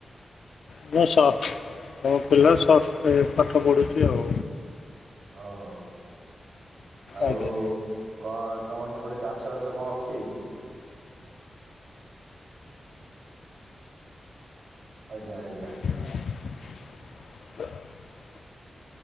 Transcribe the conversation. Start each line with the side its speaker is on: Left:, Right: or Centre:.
Left: ମୁଁ ସଫ ମୋ ପିଲା ସଫ ପାଠ ପଢ଼ୁଛି ଆଉ।
Right: ଓହୋ! ଆଉ
Left: ଆଜ୍ଞା
Right: କଣ ତମର ସେପଟେ ଚାଷ ବାଷ କଣ ହଉଚି? ଆଜ୍ଞା! ଆଜ୍ଞା!
Left: <unintelligible>